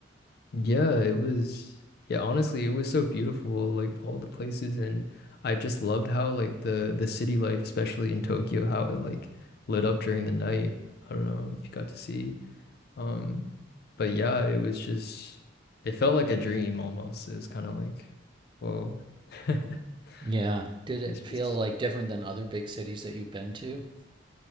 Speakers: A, on the left; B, on the right.
A: Yeah, it was yeah, honestly, it was so beautiful, like all the places and I just loved how like the the city life, especially in Tokyo, how it like lit up during the night. I don't know if you got to see. Um, but yeah, it was just it felt like a dream almost. It was kind of like, whoa. <laughs>
B: Yeah. Did it
A: It's just
B: feel like different than other big cities that you've been to?